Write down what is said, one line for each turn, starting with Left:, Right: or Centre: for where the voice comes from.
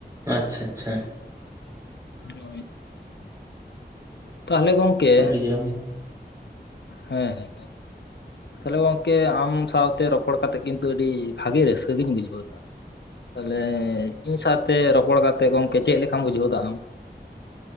Right: ᱟᱪᱪᱷᱟ ᱟᱪᱪᱷᱟ
Left: ᱦᱳᱭ ᱛᱟᱞᱦᱮ ᱜᱚᱝᱠᱮ
Right: ᱠᱩᱞᱤ ᱡᱚᱝ
Left: ᱦᱮᱸ ᱦᱮᱸ ᱛᱟᱦᱚᱞᱮ ᱜᱚᱝᱠᱮ ᱟᱢ ᱥᱟᱶᱛᱮ ᱨᱚᱯᱚᱲ ᱠᱟᱛᱮᱜ ᱠᱤᱱᱛᱩ ᱟᱹᱰᱤ ᱵᱷᱟᱜᱤ ᱨᱟᱹᱥᱠᱟᱹᱜᱤᱧ ᱵᱩᱡᱷᱟᱹᱣ ᱫᱟ ᱛᱟᱦᱚᱞᱮ ᱤᱧ ᱥᱟᱶᱛᱮ ᱨᱚᱯᱚᱲ ᱠᱟᱛᱮᱜ ᱜᱚᱝᱠᱮ ᱪᱮᱫ ᱞᱮᱠᱟᱢ ᱵᱩᱡᱷᱟᱹᱣ ᱮᱫᱟ ᱟᱢ